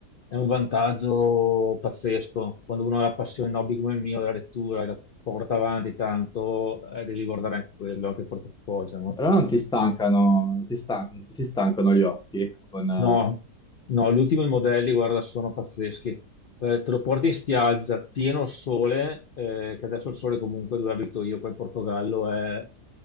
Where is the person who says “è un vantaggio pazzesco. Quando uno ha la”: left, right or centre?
Left